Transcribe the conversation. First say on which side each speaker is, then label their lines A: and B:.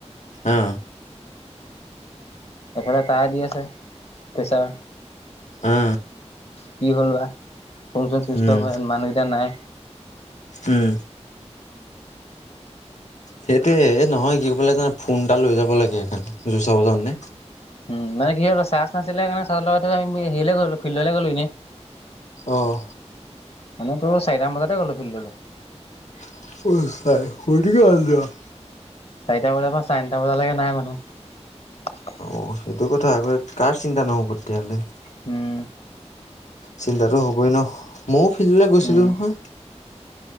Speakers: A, on the left; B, on the left.
A: অ
B: এফালে তাই দি আছে পেছা।
A: অ
B: কি হ'ল বা, ফোনচোন চুইচত
A: উম
B: অফ হৈ মানুহকেইটা নাই।
A: উম। সেইটোয়ে নহয় কি কৰিব লাগে ফোন এটা লৈ যাব লাগে সেইকাৰণে যুচাব যাওতে নে।
B: উম, মানে কি হ'ল চাৰ্জ নাছিলে কাৰণে চাৰ্জত লগাই পেলাই হেৰিলে গ'লো ফিল্ডলৈ গ'লো ইনে।
A: আহ
B: মানে তোৰ চাৰিটামান বজাতে গ'লো ফিল্ডলৈ
A: <unintelligible>
B: চাৰিটা বজাৰ পৰা চাৰে ন ত বজালৈকে নাই মানুহ
A: অ', সেইটো কথা আকৌ, কাৰ চিন্তা নহ'ব তেতিয়াহ'লে।
B: হম
A: চিন্তাটো হবই ন ময়ো ফিল্ডলৈ গৈছিলো
B: উম,
A: নহয়।